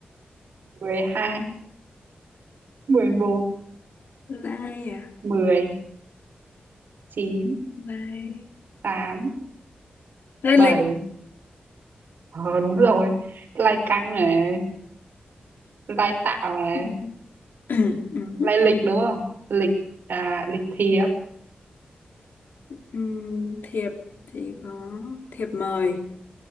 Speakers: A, on the right; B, on the left.
A: mười hai mười một
B: Line à?
A: mười chín
B: Line,
A: tám
B: line
A: bảy
B: lịch.
A: ờ đúng rồi lai căng này lai tạo này
B: Ừm, <clears throat> ừm,
A: lai lịch đúng không lịch à, lịch thiệp
B: ừm, thiệp thì có thiệp mời